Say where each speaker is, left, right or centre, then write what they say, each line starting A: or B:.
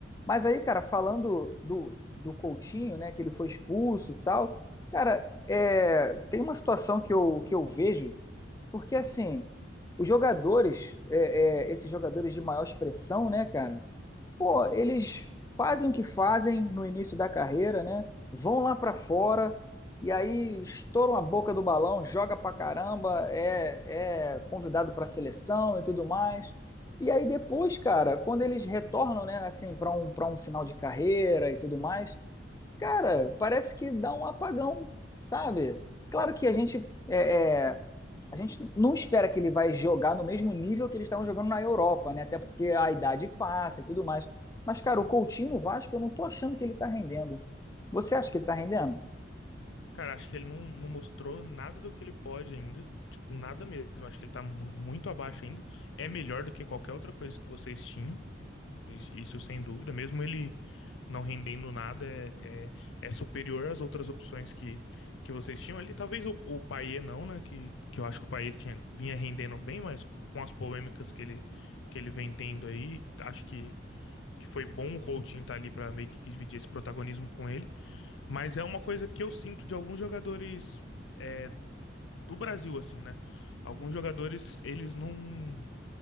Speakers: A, on the left; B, on the left.
A: Mas aí, cara, falando do, do Coutinho, né, que ele foi expulso e tal, cara, é, tem uma situação que eu, que eu vejo, porque assim, os jogadores, é, é, esses jogadores de maior expressão, né, cara? pô, eles fazem o que fazem no início da carreira, né? Vão lá pra fora e aí estouram a boca do balão, joga pra caramba, é, é convidado pra seleção e tudo mais. E aí depois, cara, quando eles retornam, né, assim, pra um, para um final de carreira e tudo mais, cara, parece que dá um apagão, sabe? Claro que a gente é, é, a gente não espera que ele vai jogar no mesmo nível que eles estavam jogando na Europa, né? Até porque a idade passa e tudo mais. Mas, cara, o Coutinho no Vasco, eu não tô achando que ele tá rendendo. Você acha que ele tá rendendo?
B: Cara, acho que ele não, não mostrou nada do que ele pode ainda. Tipo, nada mesmo. Acho que ele tá mu- muito abaixo ainda. É melhor do que qualquer outra coisa que vocês tinham. Is- Isso sem dúvida, mesmo ele não rendendo nada, é, é, é superior às outras opções que, que vocês tinham ali. Talvez o, o Payet não, né? Que, que eu acho que o Payet tinha, vinha rendendo bem, mas com as polêmicas que ele, que ele vem tendo aí, acho que, que foi bom o Coutinho estar ali para meio que dividir esse protagonismo com ele. Mas é uma coisa que eu sinto de alguns jogadores é, do Brasil, assim, né? Alguns jogadores, eles não.